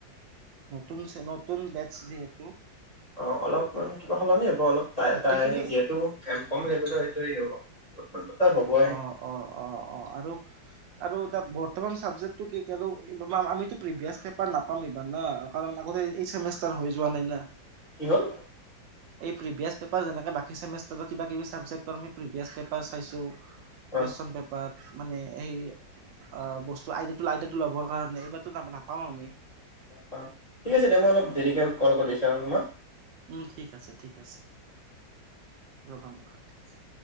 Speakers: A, on the right; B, on the left.
A: নতুন ছে নতুন বেচ যিহেতু
B: <inaudible>
A: গোটেইখিনি
B: হ'বই
A: অ অ অ অ আৰু আৰু তাক বত বৰ্তমান চাবজেক্টো কি আৰু আমি প্ৰিভিয়াছ পেপাৰ নাপাম ইবাৰ নে কাৰণ আগতে এইচেমেষ্টাৰ হৈ যোৱা নাই না
B: কি হল
A: এই প্ৰিভিয়াছ পেপাৰ যেনেকে বাকীচেমেষ্টাৰ কিব কিবি চাবজেক্টৰ আ প্ৰিভিয়াছ পেপাৰ চাইছো
B: অ
A: কুৱেশন পেপাৰ মানে সেই অ বস্তু আইদিয়াটো আইদিয়াটো ল'বৰ কাৰণে এইবাৰো ন নাপাও আমি
B: পাম ঠিক আছে দে মই অলপ দেৰিকে কল কৰি আছো আৰু তোমাক
A: উম ঠিক আছে ঠিক আছে ৰবা মই কাতি আছোঁ